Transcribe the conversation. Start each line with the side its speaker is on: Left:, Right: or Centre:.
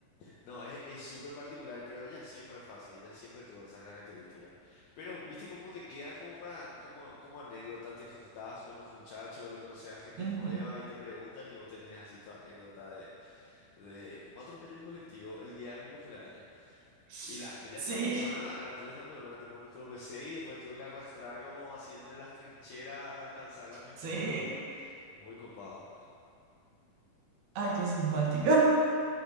Left: No, es, es súper particular, pero ella siempre fue así, ella siempre tuvo esa característica. Pero, ¿viste cómo te quedan como para, como, como anécdota? Te juntás con los muchachos, le conoces a gente
Right: <laughs> Ujú.
Left: nueva y te preguntan y vos tenés así tu anécdota de, de me atropelló un colectivo el día de mi cumpleaños.
Right: Sí,
Left: Y la tuya está muy buena, nada, la tuya está muy buena, tipo me tropecé y después tuve que arrastrar como así entre las trincheras a alcanzarla a mis
Right: sí.
Left: perros de vuelta. Muy copado.
Right: Ay, qué simpático.